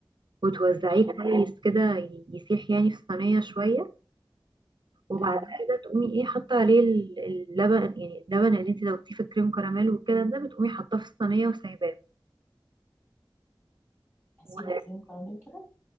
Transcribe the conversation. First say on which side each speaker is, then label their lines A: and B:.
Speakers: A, on the right; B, on the left.
A: وتوزعيه
B: مم.
A: كويس كده ي- يسيح يعني في الصينيه شويه وبعد
B: أيوه
A: كده تقومي ايه حاطه عليه ال- اللبن يعني اللبن اللي انت دوبتيه في الكريم كراميل وكده ده بتقومي حاطاه في الصينيه وسايباه
B: هسيب
A: و-
B: الكريم كراميل كده